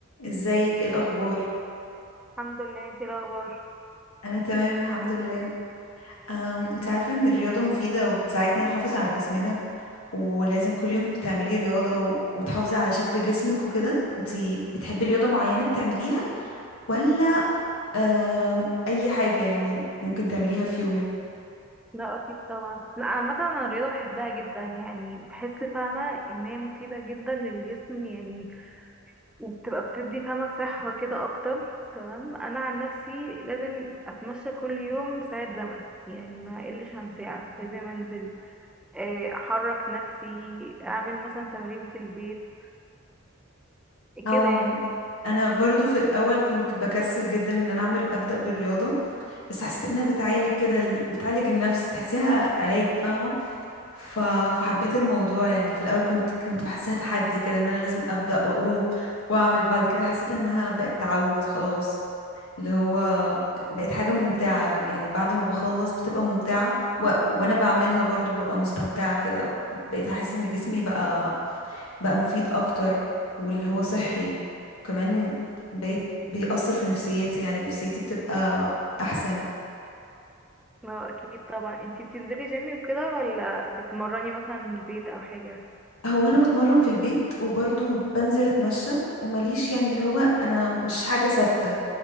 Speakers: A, on the left (about 80°); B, in the centre.
A: ازيك ايه الاخبار
B: الحمد لله انتي ايه الاخبار
A: انا تمام الحمد لله أم، انت عارفه ان الرياضه مفيده وبتساعدنا نحافظ على جسمنا ولازم كل يوم بتعملي رياضه و... وتحافظي على شكل جسمك وكده انت بتحبي رياضه معينه بتعمليها ولا أم، اي حاجه يعني ممكن تعمليها في يومك
B: لا اكيد طبعا لا عامه انا الرياضه بحبها جدا يعني بحس فاهمه ان هي مفيده جدا للجسم يعني وبتبقى بتدي فاهمه صحه كده اكتر تمام انا عن نفسي لازم اتمشى كل يوم ساعه زمن يعني ما اقلش عن ساعه لازم انزل آه، احرك نفسي اعمل مثلا تمرين في البيت
A: او
B: كده يعني
A: انا برضو
B: انت-
A: في الاول كنت بكسل جدا ان انا اعمل ابدا بالرياضه بس حسيت انها بتعالج كده ال- بتعالج النفس تحسيها علاج فاهمه ف... فحبيت الموضوع يعني في الاول كنت كنت بحسها تحدي كده ان انا لازم ابدا واقوم واعمل بعد كده حسيت انها بقت تعود خلاص اللي هو بقت حاجه ممتعه يعني بعد ما بخلص بتبقى ممتعه و... وانا بعملها برضو ببقى مستمتعه كده بقيت احس ان جسمي بقى بقى مفيد اكتر واللي هو صحي وكمان بقيت بيأثر في نفسيتي يعني نفسيتي بتبقى احسن
B: لا اكيد طبعا انتي بتنزلي جيم وكده ولا بتمرني مثلا من البيت او حاجه
A: هو انا بتمرن في البيت وبرضه بنزل اتمشى ومليش يعني اللي هو انا مش حاجة ثابتة